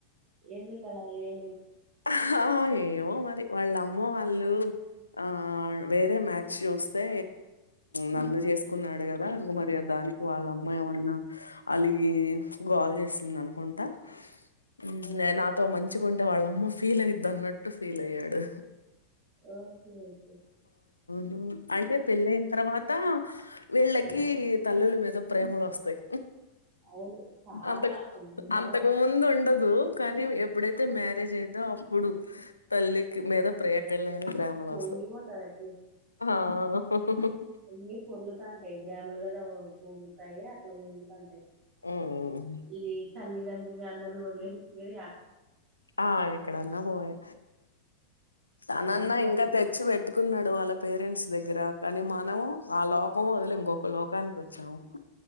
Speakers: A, on the right; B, on the left.
A: ఎందుకల ఏం
B: ఆహ్ అ ఏమో మరి వాళ్ళమ్మ వాళ్ళు ఆ వేరే మ్యాచ్ చూస్తే నను చేసుకున్నాడు కదా మరియాద దానికి వాళ్ళ అమ్మా ఏమన్నా అలిగి గోల్ చేసింది అనుకుంటా ఊ
A: ఆ
B: నే నాతో మంచిగుంటే వాళ్ళమ్మ ఫీల్ అయిది అన్నట్టు ఫీల్ అయ్యాడు
A: ఓకె ఓకె
B: ఊ అంటే పెళ్ళయిన తర్వాత వీళ్ళకి
A: ఆ
B: తల్లుల మీద ప్రేమలు వస్తాయి
A: అవును చాలా
B: అంతకు
A: అమ్మో
B: అంతకు ముందు ఉండదు కానీ ఎప్పుడైతే మ్యారేజ్ అయిందో అప్పుడు తల్లికి మీద ప్రేకలెద్ ప్రేమలోస్థాయ్
A: పొంగిపోతది అట్లే
B: ఆ <unintelligible>
A: అన్ని పొర్లుతాంటయ్ డ్యాములు కదా ఒ పూలుతాయి అట్లా పొంగుతంటయ్
B: ఉమ్
A: ఇది తల్లీదండ్రుల్ని అందరిని వదిలేసి కని ఇగ
B: ఆ ఎక్కడన్నా పోయే తనన్నా
A: అంతే
B: ఇంకా తెచ్చి పెట్టుకున్నడు వాళ్ళ పేరెంట్స్ దగ్గర కాని మనం ఆ లోకం వదిలి ఇంకొక లోకానికి వచ్చాము